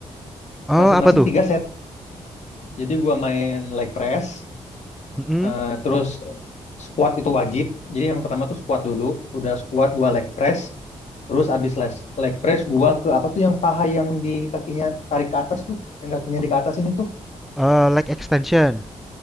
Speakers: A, in the centre; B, on the left.
A: Oh
B: Masing-masing
A: apa tuh?
B: tiga set. Jadi gua main leg press.
A: Mm-mm.
B: Eh, terus squat itu wajib. Jadi yang pertama tuh squat dulu. Udah squat gua leg press. Terus abis leg, leg press gua ke apa tuh yang paha yang di kakinya tarik ke atas tuh, yang kakinya di ke atas ini tuh.
A: Eh, leg extension.